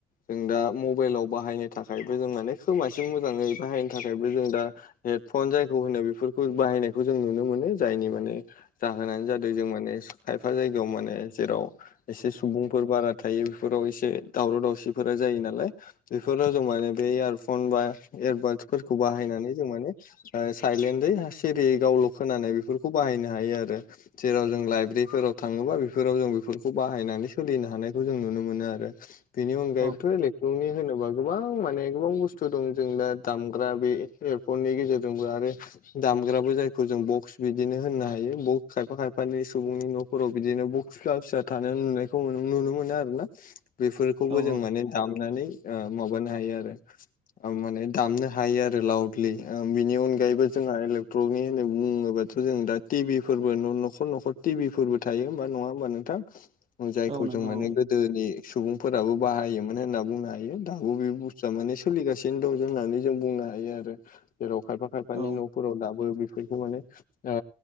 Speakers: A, on the left; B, on the right.
A: जों दा मबाइलाव बाहायनो थाखायबो जों माने खोमासिम मोजाङै बाहायनो थाखायबो जों दा हेडफन जायखौ होनो बेफोरखौ बाहायनायखौ जों नुनो मोनो जायनि माने जाहोनानै जादों जों माने स खायफा जायगायाव माने जेराव एसे सुबुंफोर बारा थायो बेफोराव एसे दावराव दावसिफोरा जायो नालाय बेफोराव जों माने बे इयारफन बा एयारबादसफोरखौ बाहायनानै जों माने साइलेन्टै सिरिय गावल' खोनानाय बेफोरखौ बाहायनो हायो आरो जेराव जों लाइब्रेरिफोराव थाङोबा बेफोराव जों बेफोरखौ बाहायनानै सोलिनो हानायखौ जों नुनो मोनो आरो बेनि अनगायैथ'
B: औ
A: इलेक्ट्रनिकनि होनोबा गोबां माने गोबां बुस्थु बस्थु दं जों द दामग्रा बे एयारफननि गेजेरजोंबो आरो दामग्राबो जायखौ जों बक्स बिदिनो होननो हायो ब खायफा खायफानि सुबुंनि न' फोराव बिदिनो बख्ला फिसा थानो नुनायखौ नुनो मोनो आरो ना। बेफोरखौबो
B: औ
A: जों माने दामनानै ओ माबानो हायो आरो माने दामनो हायो आरो लाउदलि बिनि अनगायैबो जोंहा इलेक्ट्रकनि होननानै बुङोबा थ' जों दा टिभिफोरबो न'खर न'खर टिभिफोरबो थायो होमबा नङा होमबा नोंथां। जायखौ
B: औ नंगौ
A: जों माने गोदोनि सुबुंफोराबो बाहायोमोन होनना बुंनो हायो दाबो बे बुस्थुआ माने सोलिगासिनो दं जोंना होननानै जों बुंनो हायो आरो जेराव खायफा खायफानि
B: औ
A: न' फोराव दाबो बेफोरखौ माने ओ